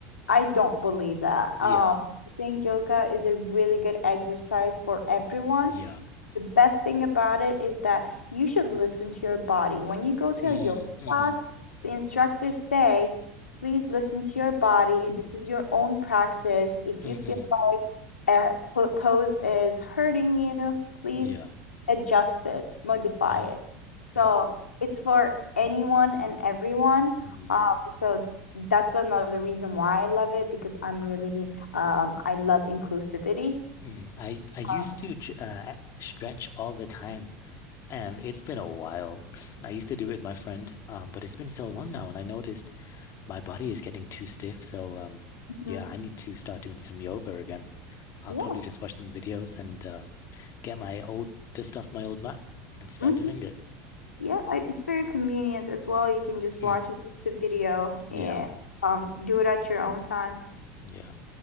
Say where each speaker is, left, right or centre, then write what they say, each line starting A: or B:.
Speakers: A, on the left (about 85°); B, on the left (about 45°).
A: I don't believe that.
B: Yeah.
A: Um, I think yoga is a really good exercise for everyone.
B: Yeah.
A: The best thing about it is that you should listen to your body. When you go to
B: Mm,
A: a yoga
B: hmm
A: class, the instructors say, please listen to your body. This is your own practice. If
B: hmm
A: you feel like a po- pose is hurting you, please
B: Yeah.
A: adjust it, modify
B: Yeah.
A: it.
B: Mm,
A: So it's for anyone and everyone.
B: mm,
A: Um, so that's another reason why I love it because I'm really, um, I love inclusivity.
B: mm. I I used
A: Um,
B: to j- uh, stretch all the time, and it's been a while. <laughs> <sniffs> I used to do it with my friend, um, but it's been so long now, and I noticed my body is getting too stiff. So, um,
A: mhm.
B: yeah, I need to start doing some yoga again. I'll
A: Yeah.
B: probably just watch some videos and uh, get my old dust off my old mat and start
A: Mhm.
B: doing it.
A: Yeah, I- it's very convenient as well. You can just
B: Mm,
A: watch a YouTube video
B: yeah,
A: and um do it at your own time.
B: yeah.